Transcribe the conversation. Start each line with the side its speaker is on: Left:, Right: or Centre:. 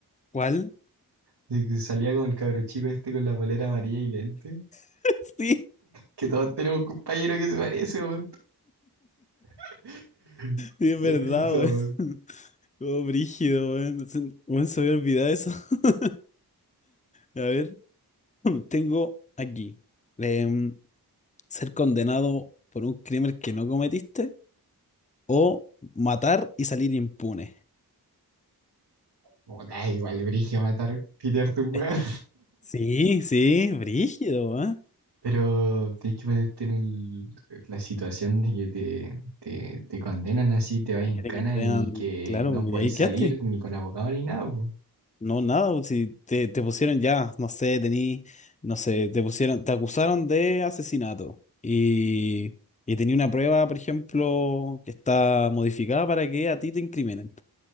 Left: ¿Cuál?
Right: De que salía como el cabro chico este con la polera amarilla y lente.
Left: <laughs> Sí,
Right: Que todos tenemos un compañero que se parece, weón. <laughs>
Left: sí, es
Right: Qué
Left: verdad,
Right: risa,
Left: weón.
Right: weón.
Left: <laughs> Todo brígido, weón. Se weón, se me había olvidado eso. <laughs> A ver, <laughs> tengo aquí. em, ser condenado por un crimen que no cometiste o matar y salir impune.
Right: Puta, igual brillo matar, pitear tu weón.
Left: Es que sí, sí, brígido, ¿eh?
Right: Pero tienes que ponerte en el- eh, la situación de que te, te, te condenan así, te vas en
Left: Es que
Right: cana
Left: te condenan,
Right: y que
Left: claro,
Right: no podéis
Left: y ahí
Right: salir
Left: quedaste.
Right: ni con abogado ni nada, po.
Left: No, nada, pues, si te, te pusieron ya, no sé, tení, no sé, te pusieron, te acusaron de asesinato y, y tenía una prueba, por ejemplo, que está modificada para que a ti te incriminen.